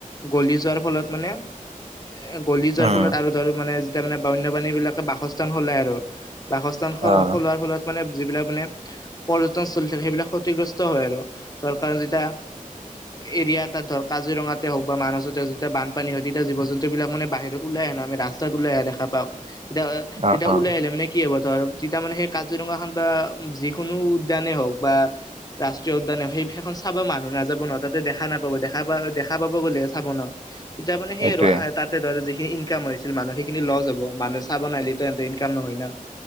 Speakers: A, on the left; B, on the right.
A: গলি- যোৱাৰ ফলত মানে- গলি যোৱাৰ
B: উম,
A: ফলত আৰু ধৰ মানে যেতিয়া মানে বন্যপাণী বিলাকে বাসস্থান সলায় আৰু। বাসস্থান
B: অ',
A: সলোৱাৰ ফলত মানে যিবিলাক মানে পৰ্যটনস্থলী থাকে সেইবিলাক ক্ষতিগ্ৰস্ত- হয় আৰু। ধৰ কাৰণ যেতিয়া এৰিয়া এতাত ধৰ কাজিৰঙাতে হওঁক বা মানসতে যেতিয়া- বানপানী হয় তেতিয়া জীৱ জন্তুবিলাক মানে বাহিৰত উলাই আহে না আমি ৰাস্তাত উলাই আহা দেখা পাওঁ। তেতিয়া
B: অ',
A: তেতিয়া
B: অ',
A: উলাই আহিলে মানে কি হ'ব। ধৰ তেতিয়া মানে সেই কাজিৰঙাখন বা যিকোনো উদ্যানে হওঁক বা ৰাষ্ট্ৰীয় উদ্যানে সেই- সেইখন চাবা মানুহ নাযাব নহয় তাতে দেখা নাপাব দেখা পোৱা হ'লে দেখা পাব গ'লে চাব ন। তেতিয়া মানে সেই
B: এইটোয়ে
A: আৰু তাতে ধৰ যিখিনি ইনকাম হৈছিল মানুহৰ সেইখিনি লছ হ'ব। মানুহে চাব নাহিলে তেন্তে ইনকাম নহয় না।